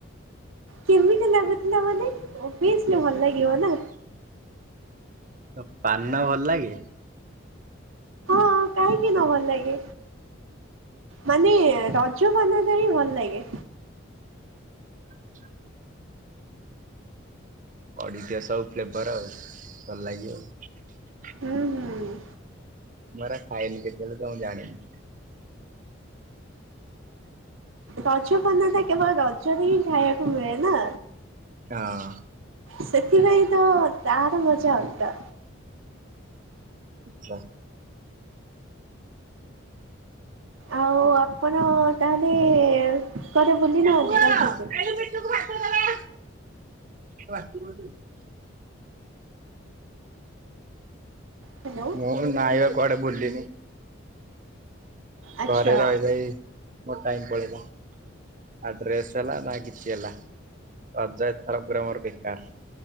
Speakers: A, on the right; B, on the right.
A: କେମିତି ଲାଗୁଥିଲା ମାନେ ବସିଲେ ଭଲ ଲାଗିବ ନା।
B: ଓ ପାନ ଭଲ ଲାଗେ?
A: କାଇ କିି ନ ଭଲ ଲାଗେ। ମାନେ ରଜ ପାନ ଟା ହିଁ ଭଲ ଲାଗେ।
B: <inaudible> ଅଡିିକ ସବୁ ପ୍ଲେବର ଆଉ ଭଲ ଲାଗିବ ଆଉ।
A: ହୁଁ ହୁଁ।
B: ମରା ଖାଇନି କେତେଲ କେ ହଁ ଜାଣିନି।
A: ରଜପାନ କେବଳ ରଜରେ ହିଁ ଖାଇବାକୁ ମିଳେ ନା।
B: ହଁ।
A: ସେଥିପାଇଁ ତାର ମଜା ଅଲଗା।
B: ଆଚଛା।
A: ଆଉ ଆପଣ ତାହେଲେ କୁଆଡେ ବୁଲି ନାହାନ୍ତି
B: ମୁଁ
A: ରଜରେ?
B: <inaudible>
A: ହ୍ୟାଲୋ
B: ମୁଁ ନାଇବା କୁଆଡେ ବୁଲିିନି।
A: ଆଚ୍ଛା
B: ଘରେ ରହି ରହି ମୋ ଟାଇମ ପଳେଇିଲା। ଆ ଡ୍ରେସ୍ ହେଲା ନା କିଛି ହେଲା। ରଜ ଏଥର ପୁରା ମୋର ବେକାର।